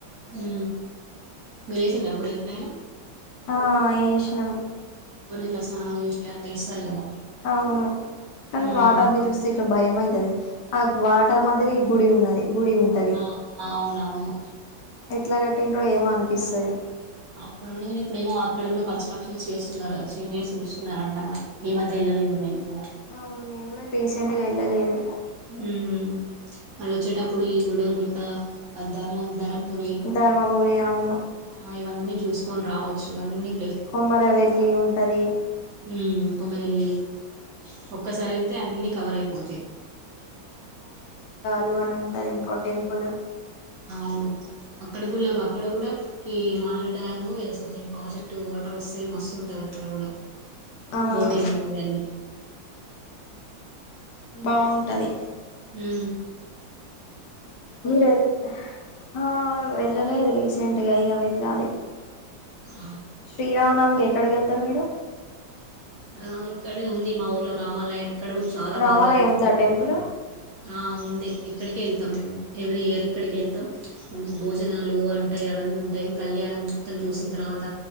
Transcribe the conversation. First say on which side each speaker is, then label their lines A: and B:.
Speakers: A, on the right; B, on the left.
A: ఉ మీరు వేసింది అప్పుడ ఎట్లయినా
B: ఆ ఏశినం
A: కొనెట్లో సానం చేసి అందులో ఎస్తారు కదా
B: అవును కానీ
A: మ్మ్
B: వాటర్ ని చూస్తే ఇట్లా భయం అయితుది అగ్ వాట ర్ మధ్యర ఈ గుడి ఉన్నది. గుడి ఉంటది
A: అ అవునవును.
B: ఎట్లా కట్టిండ్రో ఏమో అనిపిస్తది.
A: అప్పుడుండే కాని ఇప్పుడ ఏమో అక్కడ కూడా కన్స్ట్రక్షన్స్ చేస్తున్నరుగ చేంజెస్ చేస్తున్నారంట మరి ఏ మధ్య వెళ్ళలేదు మేము కూడా
B: అవును మేం కూడా రీసెంట్గా ఎల్లలేదు.
A: ఊహు మళ్ళ వచ్చేటప్పుడు ఈ గుడం గుట్ట ఆ ధర్మం ధరం పురి
B: ధర్మపురి అవును
A: ఆ ఇవన్నీ చూసు కోని రావచ్చు అన్నీ
B: కొమ్మర వెల్లి ఉంటది.
A: ఊ కొమ్మర వేల్లి ఒక్కసారి వెళ్తే అన్ని కవర్ అయిపోతాయి.
B: లోవన ఉంటది ఇంకో టెంపుల్
A: అవును అక్కడ కూడా అక్కడ కూడా ఈ మానేరి డ్యాము ఇద సంథింగ్ ప్రాజెక్ట్ వాటర్ వస్తే మస్తు ఉంటది అక్కడ కూడా
B: అవును
A: బోటింగ్ అవన్నీ
B: బాగుంటది.
A: ఊ
B: మీరెల్ ఆ వెళ్ళలేదు రీసెంట్గా ఇగ వెళ్ళాలి.
A: ఆ
B: శ్రీరామనామి కి ఎక్కడికి వెళ్తారు మీరు
A: ఆ ఇక్కడే ఉంది మా ఊర్లో రామాలయమే ఇక్కడ కూడా చాలా
B: రామాలయం
A: బాగా జరుగుతుది
B: ఉందా టెంపుల్
A: ఆ ఉ ఇక్కడిక వెళ్తాం మేము ఎవ్రీ ఇయర్ ఇక్కడికి వెళ్తాం మన్ భోజనాలు అంటాయి అవన్నీ ఉంటాయి కళ్యాణం మొత్తం చూసిన తర్వాత